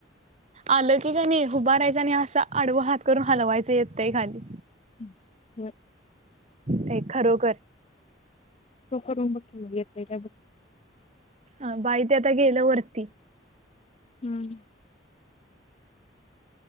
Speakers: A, on the right; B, on the left.
A: आलं की कनी उभारायचं, आणि असा आडव हात करून हलवायचं येतय खाली.
B: हूं होय!
A: काही खरोखर.
B: तू करुन बघकी म येतय कां बघ.
A: हा बाई ते आता गेलं वरती.
B: हूं!